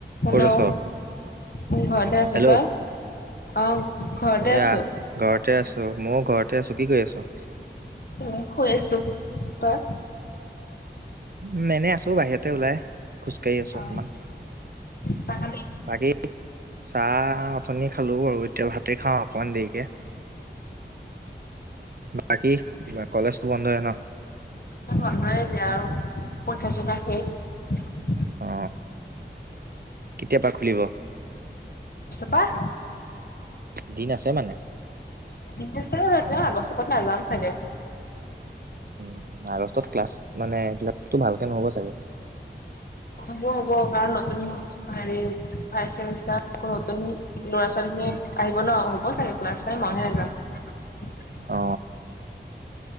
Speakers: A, on the left; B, on the right.
A: হেল্ল'
B: ক'ত আছ?
A: ম ঘৰতে আছো
B: হেল্ল'।
A: ত ই অ ঘৰতে
B: এয়া
A: আছো
B: ঘৰতে আছো ময়ও ঘৰতে আছো কি কৰি আছ
A: উ হৈ আছো তাত
B: উ এনেই আছো বাহিৰতে ওলাই খোজকাঢ়ি আছো
A: অ
B: অকমান
A: চাহ খালি
B: বাকী চাহ পানি খালো আৰু এতিয়া ভাতে খাওঁ অকমান দেৰিকে বাকী কলেজতো বন্ধ হয় ন
A: তাক বন্ধয়ে দিয়া আৰু পৰীক্ষা চৰিক্ষা শেষ
B: অ কেতিয়াপা খুলিব
A: ৱাহ
B: দিন আছে মানে
A: আছে তেওঁ আগষ্টকত নাযাম চাগে
B: উ আগষ্টত ক্লাছ মানে ক্লাছটো ভালকে নহ'ব চাগে!
A: হ'ব হ'ব কাৰণ নতুন হেৰি ভাই চেমিষ্টাৰ নতুন ল'ৰা-ছোৱালী। আহিব ন হ'ব চাগে ক্লাছ মইহে নাযাও।
B: অ